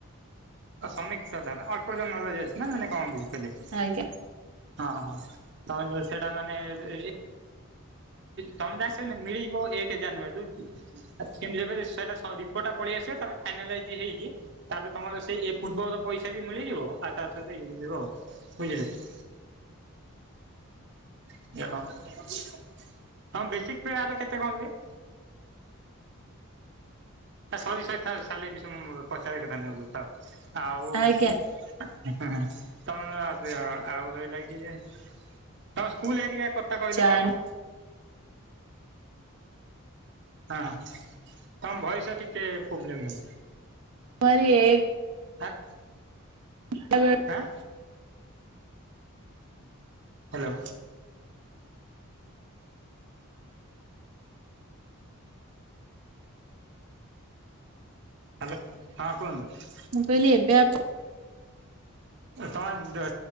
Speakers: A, on the right; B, on the right.
A: ସମୀକ୍ଷା ଅଳ୍ପର୍ଯ୍ୟନ୍ତ ନ ଅଛି ନା ମାନେ କଣ?
B: ଆଜ୍ଞା
A: <inaudible> ହଁ ହଁ ତମେ ସେଇଟା ମାନେ ଇ ଵ ଇ ତମେ ଯାନିଶ ମିଳିଯିବ ଏକ ଜାନୁଆରି ରୁ ଆ କେମିତି ଯେବେ ରିପୋର୍ଟ ଟା ପଳାଇ ଆସିବ ତାପରେ ଫାଇନାଲା ଇଜ ହେଇକି ତାପରେ ତମର ସେଇ ଏ ପୂର୍ବର ପଇସା ବି ମିଳିଯିବ, ଆଉ ତା ସହିତ ଇଏ ମିଳିବ ବୁଝିଲେ। <inaudible> ହଁ ବେଶିକ ପେ ୟାର କେତେ କଣ ରୁହେ? ସରି ସରି ତାର ସାଲେରି ସମ ରୁ ପଚାରିବା କଥା ନୁହେ ଥାଉ ଆଉ।
B: ଆଜ୍ଞା
A: ତମେ ଆଜି ଆଉ ରହିଲ କି ଯେ ତ ସ୍କୁଲ ହେଟିକା କର କହିଲ
B: ଜାନୁଆରୀ
A: କଣ? ହଁ ହଁ ତମ ଭୟସ ଟିକେ ପ୍ରୋବ୍ଲେମ୍ ହଉଛି।
B: ପରିଏ
A: ହାକ।
B: <unintelligible>
A: ଆଁ। ହାଲୋ। ହ୍ୟାଲୋ ହଁ କୁହନ୍ତୁ।
B: ମୁଁ କହିଲି ଏବେ ଆପ
A: ତମେ ମୋତେ